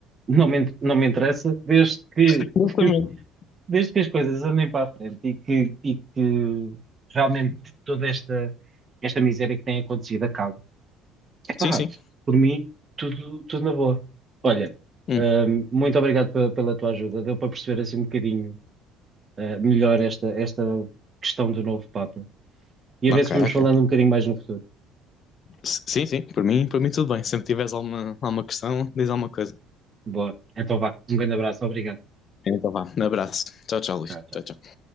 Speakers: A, on the right; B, on the left.
A: não me, in- não me interessa, desde que,
B: Exatamente.
A: <laughs> desde que as coisas andem para a frente e que, e que realmente toda esta, esta miséria que tem acontecido acabe. Epá,
B: Sim, sim.
A: por mim, tudo, tudo na boa. Olha,
B: Hum,
A: hum, muito obrigado pe- pela, tua ajuda, deu para perceber assim um bocadinho, eh, melhor esta, esta questão do novo Papa. E
B: ok,
A: a ver se vamos
B: ok.
A: falando um bocadinho mais no futuro.
B: Sim, sim, por mim, por mim tudo bem. Sempre tiveres alguma, alguma questão, diz alguma coisa.
A: Boa, então vá, um grande abraço, obrigado.
B: Então vá, Um abraço. Tchau, tchau, Luís.
A: Tchau, tchau.
B: Tchau, tchau.